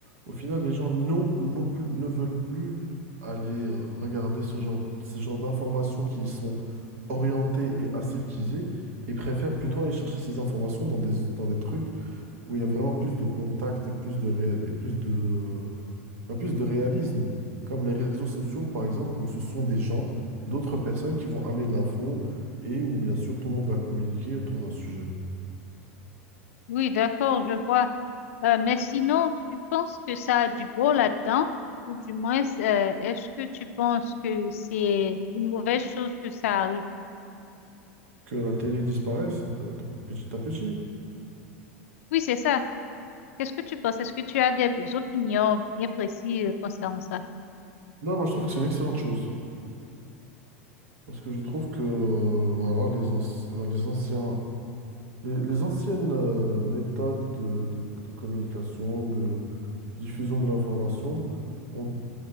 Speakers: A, on the right; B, on the left.
A: au final, les gens non, non plus, ne veulent plus aller euh, regarder ce genre, ce genre d'informations qui sont orientées et aseptisées. Ils préfèrent plutôt aller chercher ces informations dans des, dans des trucs où il y a vraiment plus de contact et plus de, ré- et plus de, euh, ouais, plus de réalisme, comme les réseaux sociaux, par exemple, où ce sont des gens, d'autres personnes qui vont amener de l'info et où, bien sûr, tout le monde va communiquer autour d'un sujet.
B: Oui, d'accord, je vois. Euh, mais sinon, tu penses que ça a du bon là-dedans ou du moins, euh, est-ce que tu penses que c'est une mauvaise chose que ça arrive?
A: que la télé disparaisse en- de petit à petit.
B: Oui, c'est ça. Qu'est-ce que tu penses? Est-ce que tu as des opinions bien précises concernant ça?
A: Non, moi je trouve que c'est une excellente chose. Parce que je trouve que euh, voilà, les, anci- voilà, les anciens, les, les anciennes euh, méthodes de, de- de communication, de diffusion de l'information ont,